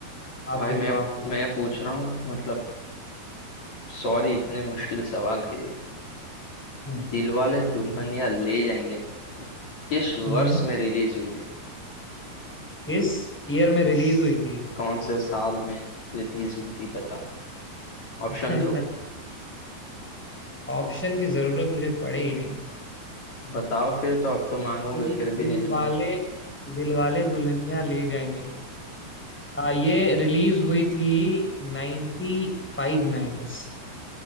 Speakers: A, in the centre; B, on the left (about 45°).
A: आप
B: भाई
A: पूछो
B: मैं
A: आप पूछो
B: मैं
A: आप पूछो
B: पूछ रहा हूँ मतलब सॉरी इतने मुश्किल सवाल के लिए
A: हम्म
B: दिलवाले दुल्हनिया ले जाएंगे किस
A: हम्म।
B: वर्ष में रिलीज हुई थी
A: किस ईयर में रिलीज
B: स-
A: हुई थी
B: कौन से साल में रिलीज हुई थी बताओ ऑप्शन
A: <laughs>
B: दो
A: ऑप्शन की जरूरत मुझे पड़ेगी नहीं
B: बताओ फिर तो अब तो मांगोगे
A: दिल
B: फिर भी
A: दिल
B: नहीं दूंगा
A: वाले दिल वाले दुल्हनिया ले जाएंगे आ, ये रिलीज हुई थी 95 फाइव में आई गेस